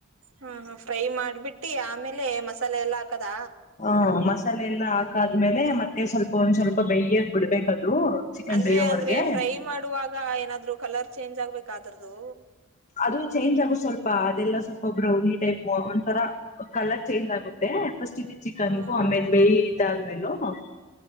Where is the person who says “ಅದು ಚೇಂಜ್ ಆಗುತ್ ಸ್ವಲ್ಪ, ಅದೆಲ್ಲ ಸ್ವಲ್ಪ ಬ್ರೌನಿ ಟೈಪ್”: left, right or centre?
Left